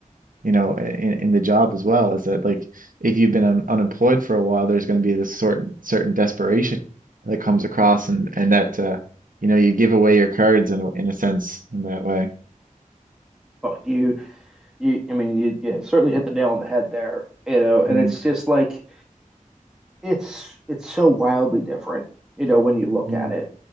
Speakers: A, on the right; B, in the centre.
A: you know, in, in the job as well. Is that like if you've been un unemployed for a while, there's going to be this sort certain desperation that comes across, and and that uh, you know you give away your cards in a, in a sense in that way.
B: you you I mean you, you certainly hit the nail on the head there, you know, and
A: Mm,
B: it's just like it's it's so wildly different, you know, when you look
A: mm,
B: at it